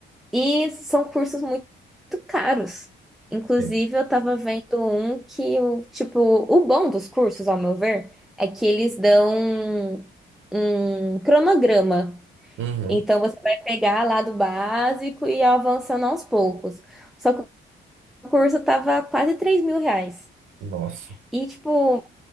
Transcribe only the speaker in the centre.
E são cursos muito, muito caros. Inclusive,
eu tava vendo um que, o tipo, o bom dos cursos, ao meu ver, é que eles dão um cronograma.
Então você vai pegar lá do básico e avançando aos poucos. Só que o curso tava quase 3 mil reais.
E tipo,